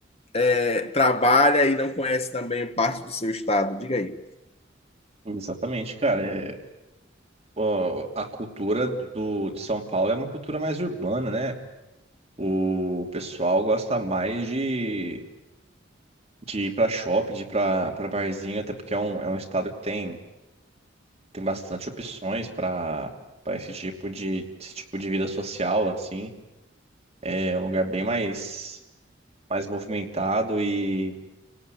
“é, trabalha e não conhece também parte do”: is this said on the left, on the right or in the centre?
Left